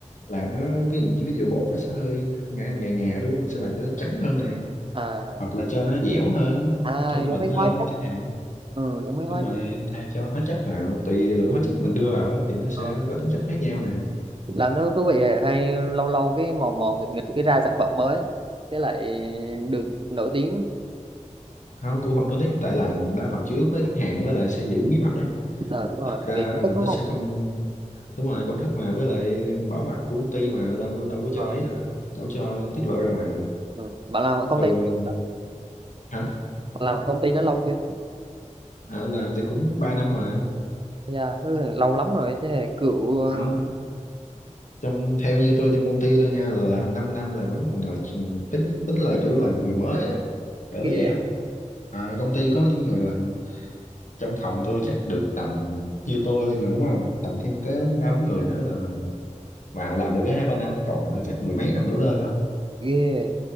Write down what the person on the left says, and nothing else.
làm
nó ví, dụ- ví dụ bột nó sẽ hơi ngà ngà ngà đúng không mình sẽ làm cho nó trắng hơn này
hoặc là cho nó dẻo hơn
cho nó mịn
hơn
chẳng hạn
đúng rồi
thay cho hóa chất vào tùy lượng hóa chất mình đưa vào á, thì nó sẽ
có tính chất khác nhau nè
Ừ.
không cũng không nổi tiếng tại làm đa phần chủ yếu với khách hàng với lại sẽ giữ bí mật ấy
thật ra
là
nó
sẽ không đúng rồi công thức mà với lại bảo mật của công ty mà đâu đâu có cho
ấy được đâu đâu cho tiết lộ ra ngoài được
thường
hả
à, làm thì cũng 3 năm rồi
không trong theo như tôi trong công ty tôi nha là làm 5 năm là vẫn còn ngồi tính tính là kiểu là người mới á kiểu
vậy
á à, công ty có những người làm trong phòng tôi chắc được tầm như tôi là đúng không tầm thêm cái ba bốn người nữa là vào làm được cái hai ba năm còn là chắc mười mấy năm đổ lên không á